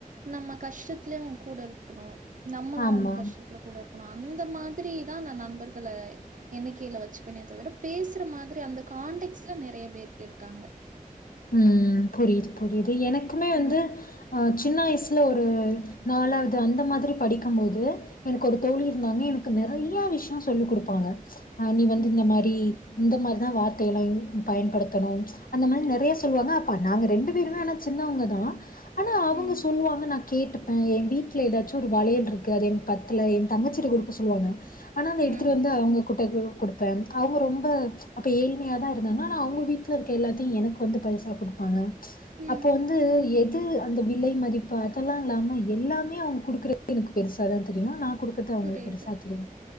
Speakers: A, on the right; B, on the left.
A: நம்ம கஷ்டத்துலயு அவங்க கூட இருக்கணு நம்மளு
B: ஆமா
A: அவங்க கஷ்டோ த்ல கூட இருக்கணு அந்த மாதிரி தா நா நண்பர்கள எண்ணிக்கைல வச்சுப்பனே தவிர பேசுற மாதிரி அந்த கான்டெக்ஸ்ல நெறைய பேர் இருக்காங்க
B: ம் புரியிது புரியிது எனக்குமே வந்து
A: ம்.
B: அ சின்ன வயசில ஒரு நாலாவது அந்த மாதிரி படிக்கும்போது எனக்கு ஒரு தோழி இருந்தாங்க எனக்கு நெறய விஷயோ சொல்லி குடுப்பாங்க அ நீ வந்து
A: ம்.
B: இந்த மாரி இந்த மாரிதா வார்த்தையல்லா யூ பயன்படுத்தணு அந்த மாரி நெறய சொல்லுவாங்க அப்ப நாங்க ரெண்டு பேருமே ஆனா சின்னவங்க தா ஆனா அவங்க
A: ம்.
B: சொல்லுவாங்க நா கேட்டுப்ப எ வீட்ல எதாச்சு ஒரு வளையல் இருக்கு அது எனக்கு பத்தல எ தங்கச்சிட்ட குடுக்க சொல்லுவாங்க ஆனா அத எடுத்துட்டு
A: ம்.
B: வந்து அவங்க குடுப் ட குடு குடுத்தே அவுங்க ரொம்ப அப்ப ஏழ்மையா தா இருந்தாங்க ஆனா அவுங்க வீட்ல இருக்க எல்லாத்தியு எனக் வந்து பரிசா குடுப்பாங்க
A: ம்.
B: அப்போ வந்து எத் து அந்த விலை மதிப்பு அதெல்லா இல்லாம எல்லாமே அவுங் குடுக்கறது எனக்கு பெருசாதா தெரியு நா குடுக்கற்து அவுங்களுக்கு
A: புரியுது.
B: பெருசா தெரியு